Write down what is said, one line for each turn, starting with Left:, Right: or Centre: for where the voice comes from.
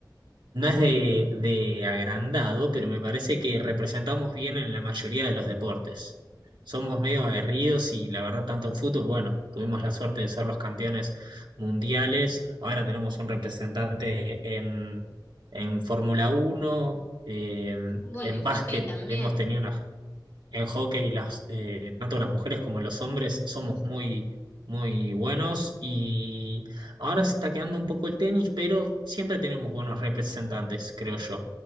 Right: no es de, de agrandado, pero me parece que representamos
Left: Ujú.
Right: bien en la mayoría de los deportes. Somos medio aguerridos y la verdad tanto en fútbol, bueno, tuvimos la suerte de ser los campeones mundiales, ahora tenemos un representante en, en Fórmula Uno, eh,
Left: Bueno,
Right: en
Left: y hockey
Right: básquet
Left: también.
Right: hemos tenido una en hockey, las, eh, tanto las mujeres como los hombres somos muy, muy buenos y ahora se está quedando un poco el tenis, pero siempre tenemos buenos representantes, creo yo.